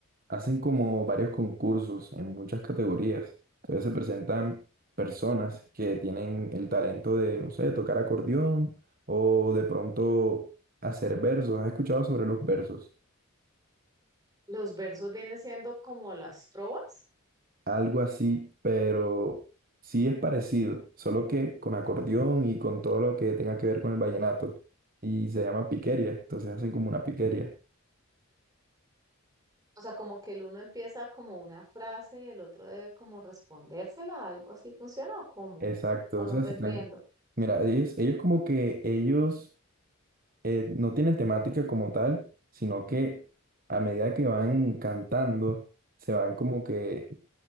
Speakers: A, on the right (about 40°); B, on the right (about 15°).
A: hacen como varios concursos en muchas categorías. Entonces se presentan personas que tienen el talento de, no sé, tocar acordeón o de pronto hacer versos. ¿Has escuchado sobre los versos?
B: Los versos vienen siendo como las trovas.
A: Algo así, pero sí es parecido, solo que con acordeón y con todo lo que tenga que ver con el vallenato. Y se llama piquería, entonces hacen como una piquería.
B: O sea, como que el uno empieza como una frase y el otro debe como respondérsela, algo así funciona o cómo?
A: Exacto,
B: No,
A: o
B: no
A: sea,
B: te
A: se
B: entiendo.
A: están... Mira, ellos, ellos como que ellos eh, no tienen temática como tal, sino que a medida que van cantando, se van como que